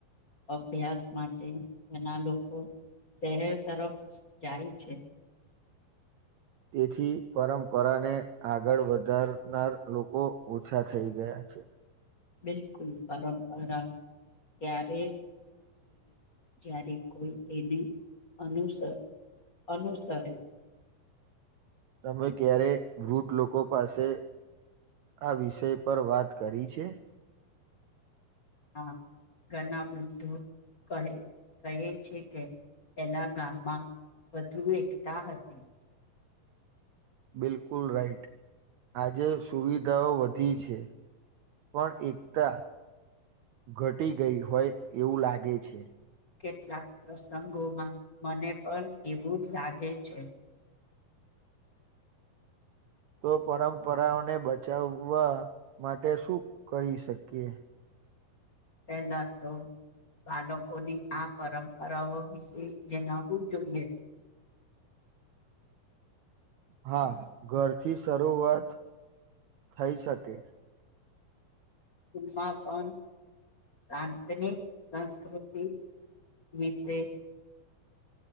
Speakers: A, on the left; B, on the right.
A: અભ્યાસ માટે ઘના લોકો શહેર તરફ જાય છે
B: તેથી પરંપરાને આગળ વધારનાર લોકો ઓછા થઈ ગયા અ છે
A: બિલકુલ પરંપરા ત્યારે જ્યારે કોઈ તેને અનુસર અનુસરે
B: તમે ક્યારે વૂટ લોકો પાસે આ વિષય પર વાત કરી છે
A: હા ઘરના વૃદ્ધો કહે કહે છે કે પેલા ગામમાં વધુ એકતા હતી
B: બિલકુલ રાઈટ આજે સુવિધાઓ વધી છે પણ એકતા ઘટી ગઈ હોય એવું લાગે છે
A: કેટલાક પ્રસંગોમાં મને પણ એવું જ લાગે છે
B: તો પરંપરાઓને બચાવવા માટે શું કરી શકીએ
A: પહેલા તો બાળકોને આ પરંપરાઓ વિશે જણાવવું જોઈએ
B: હા ઘરથી શરૂઆત થઈ શકે
A: માં પણ શાંતની સંસ્કૃતિ વીજે